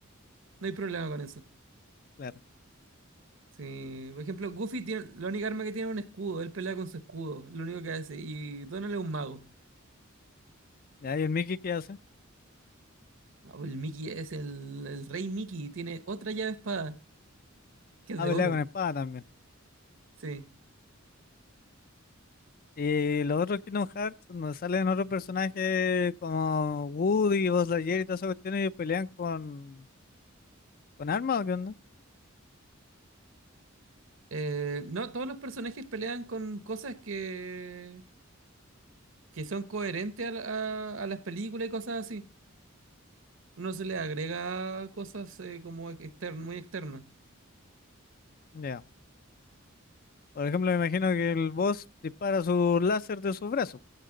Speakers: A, on the right (about 65°); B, on the left (about 45°).
A: no hay problema con eso.
B: <laughs> claro.
A: Sí, por ejemplo, Goofy tiene, la única arma que tiene es un escudo, él pelea con su escudo, lo único que hace, y Donald es un mago.
B: Ya, y el Mickey, ¿qué hace?
A: No, pues el Mickey es el, el rey Mickey, tiene otra llave espada, que es
B: Ah,
A: de
B: pelea
A: oro,
B: con espada también.
A: sí.
B: Y los otros Kingdom Hearts, donde salen otros personajes como Woody, Buzz Lightyear y todas esas cuestiones, y pelean con, con armas o qué onda.
A: Eh, no, todos los personajes pelean con cosas que, que son coherentes a, la- a- a las películas y cosas así. No se le agrega cosas eh, como externo, muy externas.
B: Ya. Por ejemplo, me imagino que el boss dispara su láser de su brazo,